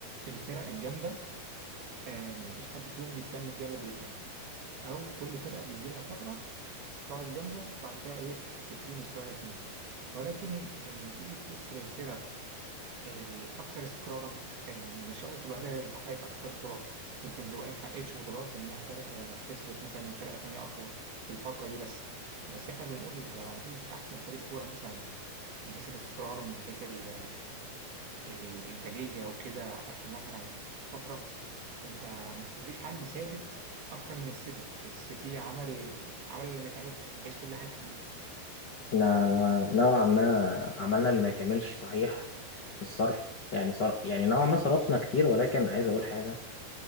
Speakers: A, on the right; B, on the left.
A: الفرق الجامدة آه، مفيش حد فيهم بيكمل جامد للآخر أو كل فرقة بيجي لها فترة صاعد جامدة وبعد كده إيه تبتدي مستواها تنزل ولكن لما تيجي تبص للفرق الأكثر استقرارا آه، مش شرط تبقى هي اللي حققت أكتر بطولات ممكن تبقى هي ما حققتش بطولات لأنها فرق آه، خسرت مثلا من فرقة تانية أقوى في الفترة دي بس بس إحنا بنقول لو هنقيس أحسن فريق كورة مثلا من حيث الاستقرار من حيث ال- الإنتاجية وكده آخر مثلا فترة انت مفيش حد ثابت اكتر من السيتي السيتي عمل عمل اللي ما يتعملش من حيث كل حاجه
B: احنا نوعا ما عملنا اللي ما يتعملش صحيح في الصرف يعني صر... يعني نوعا ما صرفنا كتير ولكن عايز اقول حاجه